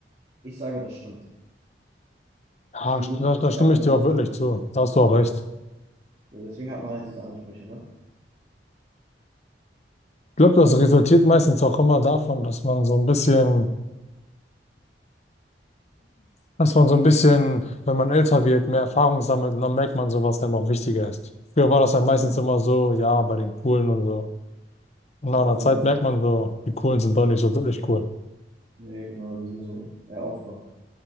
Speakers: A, on the right (about 40°); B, on the left (about 40°).
A: ich sage, das stimmt. Deswegen
B: Ja, st-
A: suche,
B: da,
A: deswegen
B: da stimme
A: hat man
B: ich dir
A: diese
B: auch
A: Ansprüche.
B: wirklich zu. Da hast du auch recht.
A: So, deswegen hat man halt diese Ansprüche, ne?
B: Ich glaube, das resultiert meistens auch immer davon, dass man so ein bisschen, dass man so ein bisschen, wenn man älter wird, mehr Erfahrung sammelt und dann merkt man so, was einem auch wichtiger ist. Früher war das ja
A: Ja,
B: meistens immer so, ja, bei den Coolen und so. Und nach
A: genau,
B: einer Zeit
A: genau.
B: merkt man so, die Coolen sind doch nicht so wirklich cool.
A: Nee, genau, die sind so eher Opfer.